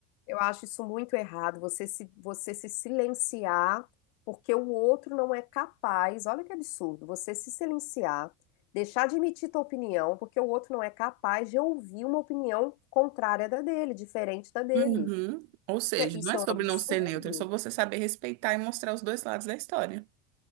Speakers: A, on the left; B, on the right.
A: Eu acho isso muito errado, você se, você se silenciar porque o outro não é capaz. Olha que absurdo, você se silenciar, deixar de emitir tua opinião porque o outro não é capaz de ouvir uma opinião contrária da dele, diferente da dele.
B: Uhum. Ou seja,
A: Isso é isso
B: não é sobre
A: é um absurdo.
B: não ser neutro, é sobre você saber respeitar e mostrar os dois lados da história.